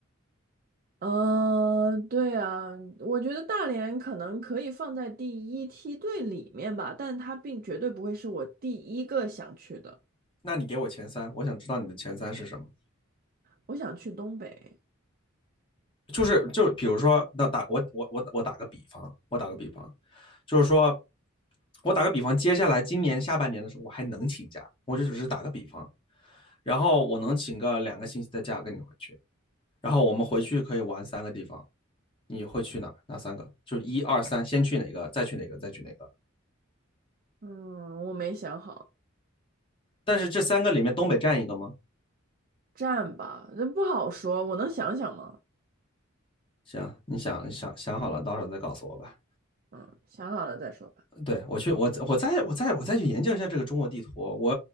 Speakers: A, on the right; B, on the left.
A: 嗯，对啊，我觉得大连可能可以放在第一梯队里面吧，但它并绝对不会是我第一个想去的。
B: 那你给我前三，我想知道你的前三是什么。
A: 我想去东北，
B: 就是就比如说，那打我我我我打个比方，我打个比方，就是说，我打个比方，接下来今年下半年的时候，我还能请假，我就只是打个比方，然后我能请个两个星期的假跟你回去，然后我们回去可以玩三个地方，你会去哪哪三个？就是一二三，先去哪个，再去哪个，再去哪个？
A: 嗯，我没想好，
B: 但是这三个里面东北占一个吗？
A: 站吧，那不好说，我能想想吗？
B: 行，你想想想好了，到时候再告诉我吧。
A: 嗯，想好了再说吧。
B: 对我去，我我再我再我再去研究一下这个中国地图，我